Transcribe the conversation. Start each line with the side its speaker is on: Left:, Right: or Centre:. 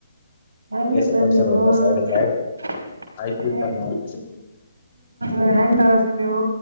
Right: ಹೆಂಗಸರ್
Left: ಹಂಗೆ ಸೆಟಪ್
Right: ನೀವು
Left: ಸರ್ ಅವ್ರೆಲ್ಲ
Right: ಹ
Left: ಸೈಡ್ ಸೈಡ್ ಆಯ್ತು ಬಿಡಿ ಸರ್ ನಾವು
Right: ಹೆಯಾಂಗ ಕಸ ನೀವು